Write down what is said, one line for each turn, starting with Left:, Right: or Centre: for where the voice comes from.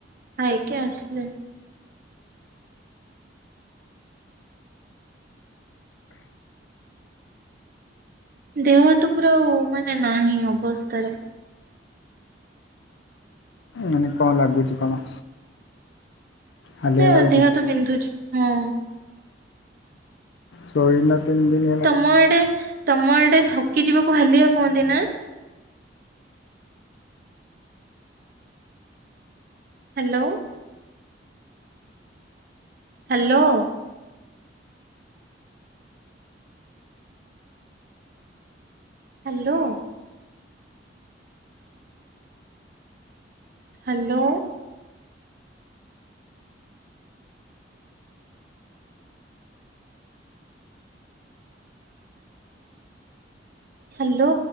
Right: ଖାଇକି ଆସିଲି। ଦେହହାତ ପୁରା ମାନେ ନାହିଁ ଅବସ୍ଥାରେ।
Left: ମାନେ କଣ ଲାଗୁଚି କଣ? ହାଲିଆ
Right: ଏତେ
Left: ଲାଗୁଛି
Right: ଦେହ ହାତ ବିନ୍ଧୁଚି ହଁ।
Left: ଶୋଇନ ତିନି ଦିନି।
Right: ତମ ଆଡେ ତମ ଆଡେ ଥକି ଯିବାକୁ ହାଲିଆ କୁହନ୍ତି ନା? Hello. Hello. Hello. Hello. Hello.